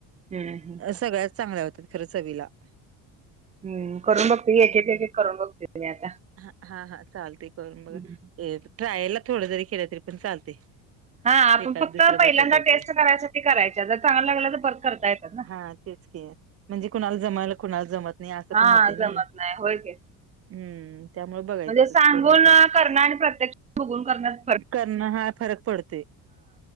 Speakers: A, on the right; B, on the right.
A: हम्म हम्म.
B: <inaudible> अ सगळ्याच चांगल्या होतात, खरं चवीला. <inaudible>
A: हम्म, करून बघते एक
B: हम्म.
A: एक एक एक करून बघते मी आता.
B: ह हा, हा. चालते करून बघा.
A: हम्म.
B: ट्रायलला, थोड जरी केलं तरी, पण चालते. <unintelligible>
A: हा, आपण
B: एखाद
A: फक्त
B: दुसरं
A: पहिल्यांदा,
B: बटाट्याचं.
A: टेस्ट करायसाठी करायच्या. जर चांगला लागलं, तर परत करता येतात ना.
B: हा, तेच की. म्हणजे कुणाला जमयला, कुणाला जमत नाही. असं
A: हा
B: पण होते ना
A: जमत
B: हे.
A: नाही होय की
B: हम्म. त्यामुळे बघायचं.
A: म्हणजे सांगून
B: तसं, करून ट्राय.
A: करणं आणि प्रत्यक्ष बघून करन्यात.
B: करण, हा फरक पडतय.